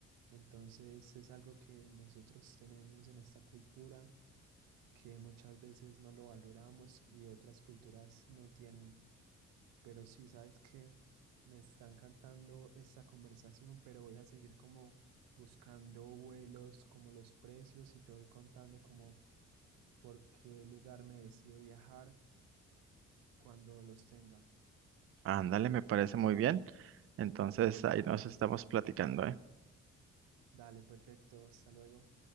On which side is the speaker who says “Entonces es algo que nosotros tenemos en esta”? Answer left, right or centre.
Right